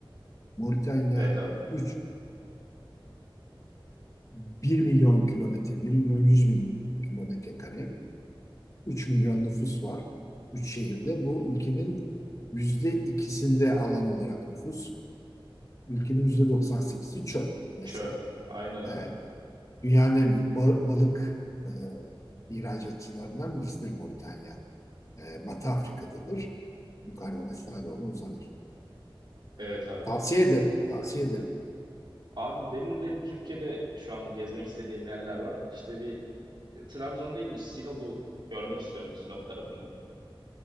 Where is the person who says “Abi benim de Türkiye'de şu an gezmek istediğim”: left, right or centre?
Right